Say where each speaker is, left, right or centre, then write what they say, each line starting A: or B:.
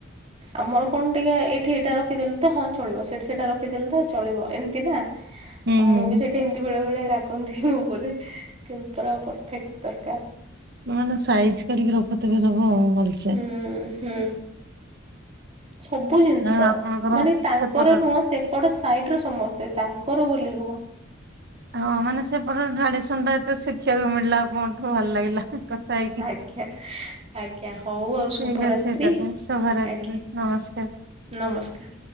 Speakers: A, on the right; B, on the right.
A: ଆମର କଣ ଟିକେ ଏଇଠି ଏଇଟା ରଖିଦେଲେ ତ ହଁ ଚଳିବ ସେଇଠି ସେଇଟା ରଖିଦେଲେ ତ ଚଳିବ ଏମିତି ନା। ଆଉ
B: ହୁଁ ହୁଁ।
A: ମୁଁ ବି ସେଠି ଏମିତି ବେଳେ ବେଳେ ରାଗ ମୋ ଉପରେ କିନ୍ତୁ ପ ପରଫେକ୍ଟ ଦରକାର।
B: ମାନେ ସାଇଜ୍ କରିକି ରଖୁଥିବେ ସବୁ ଭଲ
A: ହୁଁ ହୁଁ। ସବୁ ଜିନିଷ
B: ଯାହା ହଉ ଆପଣଙ୍କର
A: ମାନେ ତାଙ୍କର
B: ସେପଟ
A: ନୁହଁ ସେ ସେପଟ ସାଇଟ୍ ର ସମସ୍ତେ, ତାଙ୍କର ବୋଲି ନୁହଁ।
B: ହଁ ମାନେ ସେପଟ ଟ୍ରାଡିସନ ଟା ଏତେ ଶିଖିବାକୁ ମିଳିଲା ଆପଣଙ୍କଠୁ ଭଲ ଲାଗିଲା। କଥା ହେଇକି,
A: ଆଜ୍ଞା ଆଜ୍ଞା ହଉ ଆଉ ଶୁଭରାତ୍ରି
B: ଠିକ ଅଛି ତାହେଲେ ଶୁଭରାତ୍ରି।
A: ଆଜ୍ଞା
B: ନମସ୍କାର।
A: ନମସ୍କାର।